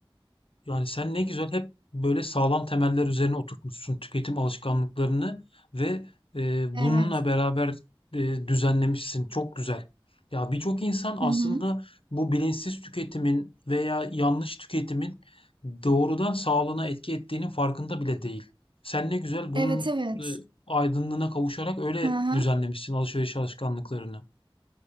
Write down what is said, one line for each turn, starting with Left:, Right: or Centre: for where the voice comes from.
Left: Yani sen ne güzel hep böyle sağlam temeller üzerine oturtmuşsun tüketim alışkanlıklarını ve e,
Right: Evet.
Left: bununla beraber e, düzenlemişsin. Çok güzel. Ya birçok insan aslında
Right: Hı hı.
Left: bu bilinçsiz tüketimin veya yanlış tüketimin doğrudan sağlığına etki ettiğinin farkında bile değil. Sen ne güzel bunun
Right: Evet evet.
Left: e, aydınlığına kavuşarak öyle
Right: Hı hı.
Left: düzenlemişsin alışveriş alışkanlıklarını.